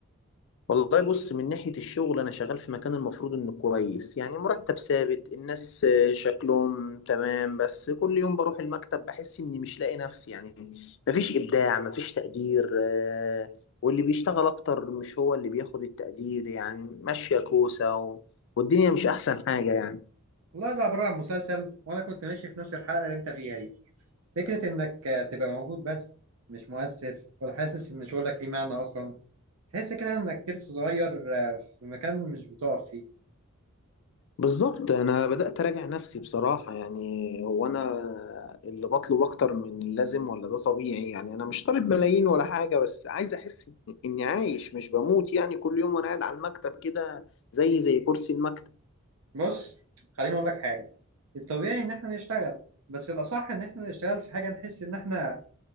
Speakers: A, on the left (about 60°); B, on the right (about 80°).
A: والله بص من ناحية الشغل أنا شغال في مكان المفروض إنه كويس يعني مرتب ثابت الناس آه، شكلهم تمام بس كل يوم بروح المكتب بحس إني مش لاقي نفسي يعني مفيش إبداع مفيش تقدير آه، واللي بيشتغل أكتر مش هو اللي بياخد التقدير يعني ماشية كوسة و... والدنيا مش أحسن حاجة يعني
B: والله ده عباره عن مسلسل وانا كنت ماشي في نفس الحلقه اللي انت فيها دي فكره انك آه، تبقى موجود بس مش مؤثر ولا حاسس ان شغلك ليه معنى اصلا تحس كده انك ترس صغير آه، في مكان مش بتقف فيه
A: بالظبط انا بدات اراجع نفسي بصراحه يعني هو انا اللي بطلب اكتر من اللازم ولا ده طبيعي يعني انا مش طالب ملايين ولا حاجه بس عايز احس إن- اني عايش مش بموت يعني كل يوم وانا قاعد على المكتب كده زي زي كرسي المكتب
B: بص خليني اقول لك حاجه الطبيعي ان احنا نشتغل بس الاصح ان احنا نشتغل في حاجه نحس ان احنا